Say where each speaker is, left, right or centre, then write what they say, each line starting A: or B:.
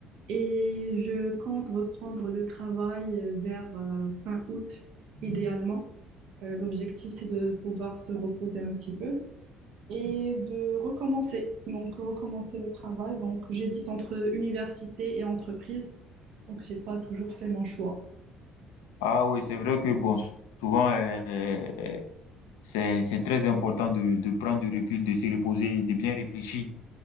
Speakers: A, on the right; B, on the left.
A: Et je compte reprendre le travail euh, vers euh, fin août, idéalement. Euh, l'objectif, c'est de pouvoir se reposer un petit peu et de recommencer. Donc, recommencer le travail. Donc, j'hésite entre université et entreprise. Donc, j'ai pas toujours fait mon choix.
B: Ah oui, c'est vrai que bon, souvent, euh, C'est, c'est très important de, de prendre du recul, de se reposer, de bien réfléchir.